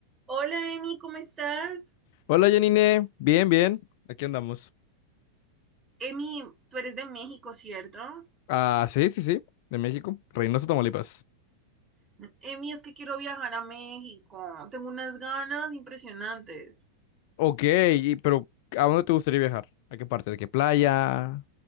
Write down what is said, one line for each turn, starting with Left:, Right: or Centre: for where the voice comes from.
Right: Hola, Emi, ¿cómo estás?
Left: Hola Janine, bien, bien, aquí andamos.
Right: Emi, tú eres de México, ¿cierto?
Left: Ah, sí, sí, sí, de México, Reynosa, Tamaulipas.
Right: Emi, es que quiero viajar a México. Tengo unas ganas impresionantes.
Left: Ok, y- pero ¿a dónde te gustaría viajar? ¿A qué parte? ¿De qué playa?